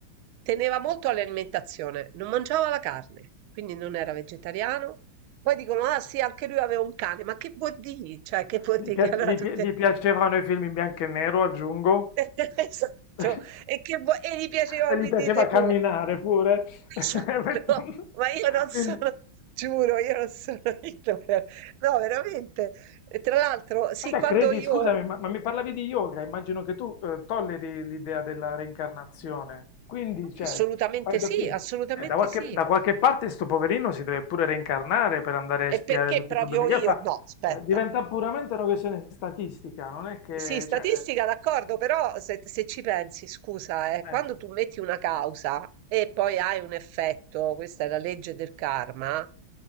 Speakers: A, on the right; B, on the left.
A: teneva molto all'alimentazione, non mangiava la carne, quindi non era vegetariano. Poi dicono, ah sì, anche lui aveva un cane, ma che vuol dire? Cioè, che vuol
B: Gli,
A: dire
B: pia-
A: che allora
B: gli
A: tutte
B: pi- gli piacevano i film in bianco e nero, aggiungo.
A: <laughs> Esatto,
B: <laughs>
A: e che vo e gli piaceva
B: E
A: Winnie
B: gli piaceva
A: the
B: camminare
A: Pooh.
B: pure. <laughs>
A: Esatto, <laughs> ma io non
B: Quindi,
A: sono giuro, io non sono idolatra. No, veramente. E tra l'altro, sì,
B: vabbè,
A: quando
B: credi,
A: io
B: scusami, ma, ma mi parlavi di yoga, immagino che tu eh, tolleri l'idea della reincarnazione. Quindi, cioè,
A: assolutamente
B: fai da
A: sì,
B: più-
A: assolutamente
B: eh, da qualche,
A: sì.
B: da qualche parte sto poverino si deve pure reincarnare per andare
A: E
B: a spiare
A: perché
B: tutti
A: proprio
B: i problemi che
A: io
B: fa.
A: no, aspetta.
B: Cioè, diventa puramente una questione statistica, non è che,
A: Sì, statistica
B: cioè,
A: d'accordo, però se, se ci pensi, scusa, eh, quando
B: eh.
A: tu metti una causa e poi hai un effetto, questa è la legge del karma,